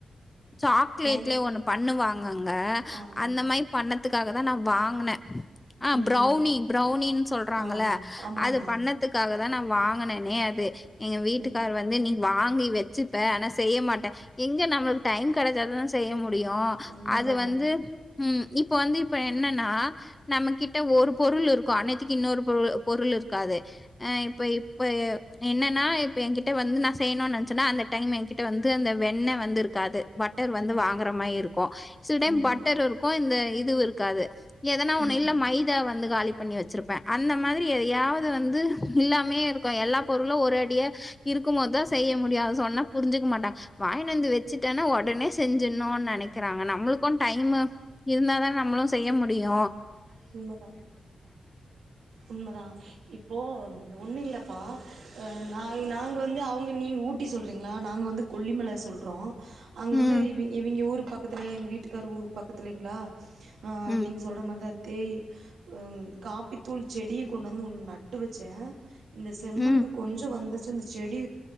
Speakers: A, on the left; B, on the right.
A: சாக்லேட்லயே
B: பேன்
A: ஒண்ணு பண்ணுவாங்கங்க
B: ஆ
A: அந்த
B: ஆ
A: மாரி பண்ணதுக்காக தா நா வாங்குனே அ
B: ம்
A: ப்ரௌனி
B: ம்
A: ப்ரௌனினு சொல்றாங்கல்ல
B: ஆ ஆமா
A: அது
B: ஆமா
A: பண்ணதுக்காக தா நா வாங்கனனே அது எங்க வீட்டுக்காரு
B: ம்
A: வந்து நீ வாங்கி வச்சுப்ப ஆனா செய்ய மாட்ட எங்க நமளுக்கு டைம் கெடைச்சாத தான செய்ய மு டியு
B: உண்மதா
A: அது
B: உண்மதா
A: வந்து ம் இப்ப வந்து இப்ப என்னன்னா நம்ம கிட்ட ஒரு பொருள் இருக்கு அன்னேரத்திக்கு இன்னொரு பொருள் பொருளு இரு க்காது ஆ இப்ப இப்ப என்னன்னா இப்ப எங்கிட்ட வந்து நா செய்யணுன் நெனைச்சன்னா அந்த டைம் எங்கிட்ட வந்து அந்த வெண்ணெ வந்து இருக்காது பட்டர் வந்து
B: ம்
A: வாங்கற மாரி இருக்கு சில டைம்
B: ஆ ம்
A: பட்டர் இருக்கு இந்த இதுவு இருக்காது எதனா ஒன்னு
B: ம்
A: இல்ல மைதா வந்து காலி பண்ணி வச்சிருப்பே அந்த மாரி எதையாவுது வந்து இல்லாமயே இருக்கு எல்லா பொருளு ஒரு அடியே இருக்கும் போதுதா செய்ய முடியு அத சொன்னா புரிஞ்சுக்க மாட் டாங் வாங்கினு வந்து வச்சுட்டனா ஒடனே செஞ்சர்ணுன் நெனைக்கறாங்க நம்மளுக்கு டைமு இருந்தா தான நம்மளு செய்ய முடியு
B: உண்மதா உண்மதா இப்போ ஒண்ணு இல்ல பா நா நாங்க வந்து அவுங்க நீங்க ஊட்டி சொல்றிங்ளா நாங்க வந்து கொல்லிமல சொல்றோ அங்க வந்து
A: ம்,
B: இவி இவிங்க ஊரு பக்கத்துலயா எங்க வீட்டுக்காரு ஊரு பக்கத்துலைங்ளா ஆ
A: ம்,
B: நீங்க சொல்ற மாரி தா தேயி ம் காப்பித்தூள் செடிய கொண்டு வந்து ஒன்னு நட்டு வச்சே இந்த செம்மண்ணுக்கு
A: ம்.
B: கொஞ்ச வந்து ச்சு இந்த செடி